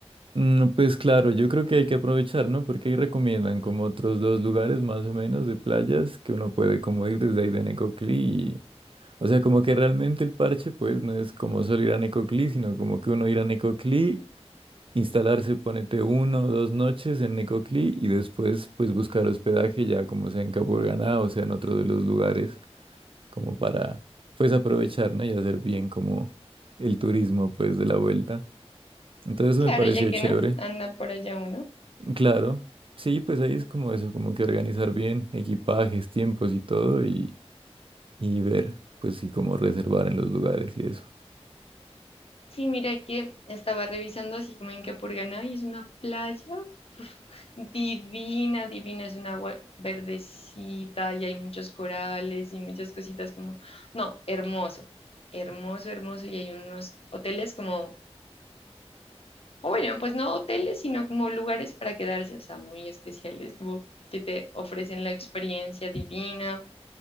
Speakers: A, on the right (about 55°); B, on the left (about 60°).
A: Mm, Pues claro, yo creo que hay que aprovechar, ¿no? Porque ahí recomiendan como otros dos lugares más o menos de playas que uno puede como ir desde ahí de Necoclí y... O sea, como que realmente el parche pues no es como solo ir a Necoclí, sino como que uno ir a Necoclí instalarse, ponete uno o dos noches en Necoclí y después pues buscar hospedaje ya como sea en Capurganá o sea en otro de los lugares como para pues aprovechar, ¿no? Y hacer bien como el turismo pues de la vuelta. Entonces eso
B: Claro,
A: me pareció
B: ya que
A: chévere.
B: no, anda por allá uno.
A: Claro, sí, pues ahí es como eso, como que organizar bien equipajes, tiempos y todo y, y ver pues sí cómo reservar en los lugares y eso.
B: Sí, mira que estaba revisando así como en Capurganá y es una playa divina, divina, es un agua verdecita y hay muchos corales y muchas cositas como, no, hermoso, hermoso, hermoso y hay unos hoteles como, o bueno, pues no hoteles, sino como lugares para quedarse, o sea, muy especiales, como que te ofrecen la experiencia divina